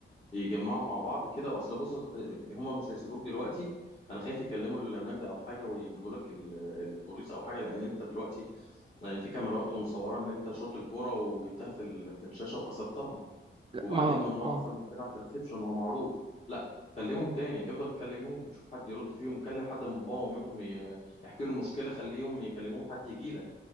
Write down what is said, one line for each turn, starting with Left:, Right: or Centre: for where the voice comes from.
Left: يجمعوا مع بعض كده واصل بص اه، هما مش هيسيبوك دلوقتي انا خايف يكلموا النجدة او حاجة ويجيبوا لك ال- البوليس او حاجة لان انت دلوقتي يعني في كاميرات ومصورة ان انت شوط الكرة وجبتها في ال- في الشاشة وكسرتها
Right: لا
Left: وبعدين
Right: ما هو-
Left: ممنوع
Right: اه
Left: اصلا انك تلعب في الريسبشن ما هو معروف لا كلمهم تاني افضل كلمهم شوف حد يرد فيهم كلم حد من باباهم ومامتهم ي- يحكي له المشكله خليهم يكلموهم حد يجي لك